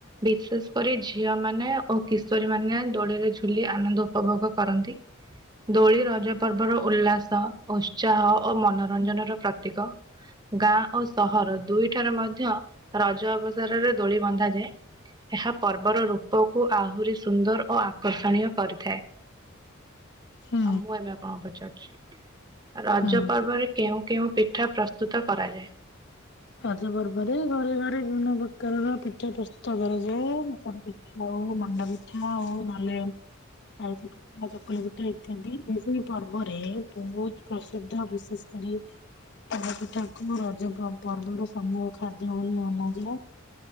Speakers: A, on the right (about 20°); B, on the left (about 60°).
A: ବିଶେଷ କରି ଝିଅ ମାନେ ଓ କିଶୋରୀ ମାନେ ଦୋଳିରେ ଝୁଲି ଆନନ୍ଦ ଉପଭୋଗ କରନ୍ତି। ଦୋଳି ରଜ ପର୍ବର ଉଲ୍ଲାସ ଉତ୍ସାହ ଓ ମନୋରଞ୍ଜନର ପ୍ରତୀକ ଗାଁ ଓ ସ ସହର ଦୁଇ ଠାରେ ମଧ୍ୟ ରଜ ଅବସରରେ ଦୋଳି ବନ୍ଧାଯାଏ। ଏହା ପର୍ବର ରୂପକୁ ଆହୁରି ସୁନ୍ଦର ଓ ଆକର୍ଷଣୀୟ କରିଥାଏ।
B: ହୁଁ
A: ଆଉ ମୁଁ ଏବେ ଆପଣଙ୍କୁ ପଚାରୁଛି। ରଜ
B: ହୁଁ।
A: ପର୍ବରେ କେଉଁ କେଉଁ ପିଠା ପ୍ରସ୍ତୁତ କରାଯାଏ।
B: ରଜ ପର୍ବରେ ଘରେ ଘରେ ବିଭିନ୍ନ ପ୍ରକାରର ପିଠା ପ୍ରସ୍ତୁତ କରାଯାଏ ପୋଡ଼ପି ହଉ ମଣ୍ଡା ପିଠା ହଉ ନହେଲେ ଆରିସା ପି ଆ ଚକୁଳି ପିଠା ଇତ୍ୟାଦି ଏହି ପର୍ବରେ ବହୁତ ପ୍ରସିଦ୍ଧ ବିଶେଷ କରି ପୋଡ଼ ପିଠାକୁ ରଜ ପର୍ବର ସମୁହ ଖାଦ୍ୟ ବୋଲି ମନାଯାଏ।